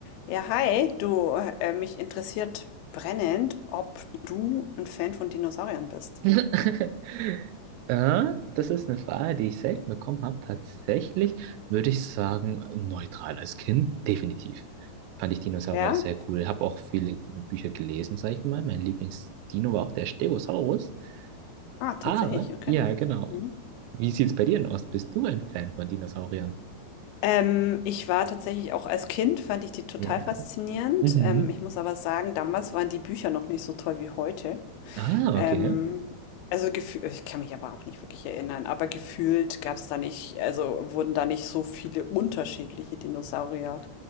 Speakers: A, on the left; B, on the right.
A: Ja, hi, du, äh, mich interessiert brennend, ob du ein Fan von Dinosauriern bist.
B: <laughs> Ja, das ist eine Frage, die ich selten bekommen habe. Tatsächlich würde ich sagen, neutral als Kind, definitiv. Fand ich Dinosaurier
A: Ja?
B: sehr cool. Habe auch viele Dino-Bücher gelesen, sag ich mal. Mein Lieblingsdino war auch der Stegosaurus.
A: Ah, tatsächlich,
B: Aber,
A: okay.
B: ja, genau.
A: Mhm.
B: Wie sieht es bei dir denn aus? Bist du ein Fan von Dinosauriern?
A: Ähm, ich war tatsächlich auch als Kind, fand ich die total
B: Ja.
A: faszinierend.
B: Mhm.
A: Ähm, ich muss aber sagen, damals waren die Bücher noch nicht so toll wie heute.
B: Ah,
A: Ähm,
B: okay.
A: also gefühlt, ich kann mich aber auch nicht wirklich erinnern, aber gefühlt gab es da nicht, also wurden da nicht so viele unterschiedliche Dinosaurier